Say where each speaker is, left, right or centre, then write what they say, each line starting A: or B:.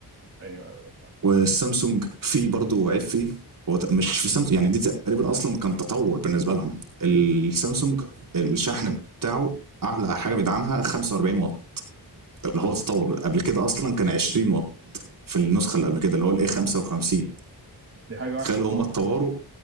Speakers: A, on the right; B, on the right.
A: ايوه ايوه فاهم
B: والسامسونج في برضه عيب فيه هو ت- مش في سامسونج يعني دي تقريبا اصلا كان تطور بالنسبه لهم السامسونج الشحن بتاعه اعلى حاجه بيدعمها 45 واط اللي هو تطور قبل كده اصلا كان 20 واط في النسخه اللي قبل كده اللي هو الاي 55
A: دي حاجة وحشة
B: تخيل هم
A: خالص
B: اتطوروا